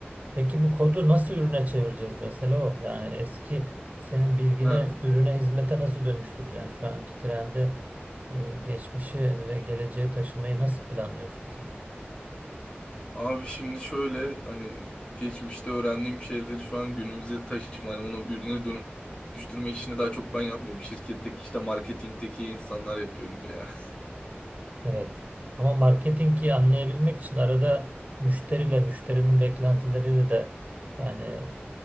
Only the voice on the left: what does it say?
He.
Abi şimdi şöyle hani geçmişte öğrendiğim şeyleri şu an günümüze taşıma hani onu ürüne dönüştürme işini daha çok ben yapmıyorum. Şirketteki işte marketingteki insanlar yapıyor gibi ya.